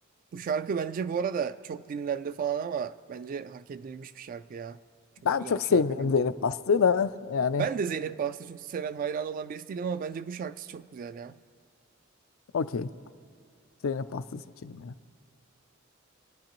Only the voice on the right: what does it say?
Bu şarkı bence bu arada çok dinlendi falan ama bence hak edilmiş bir şarkı ya. Çok
güzel
bir
şarkı bence.
Ben de Zeynep Bahçı çok seven, hayran olan birisi değilim ama bence bu şarkısı çok güzel ya.